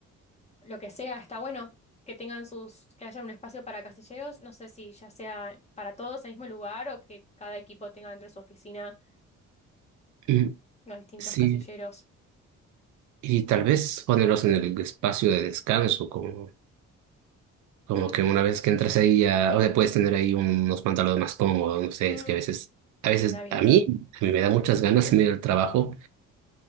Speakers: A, on the left; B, on the right.
A: lo que sea, está bueno que tengan sus, que haya un espacio para casilleros, no sé si ya sea para todos en el mismo lugar o que cada equipo tenga dentro de su oficina
B: Mm,
A: los distintos
B: Sí,
A: casilleros.
B: y tal vez ponerlos en el espacio de descanso, como Como
A: Mm,
B: que una vez que entras ahí ya, o sea, puedes tener ahí unos pantalones más cómodos, no sé,
A: mm,
B: es que a veces, a veces
A: suena bien.
B: a mí, a mí me da muchas ganas en medio del trabajo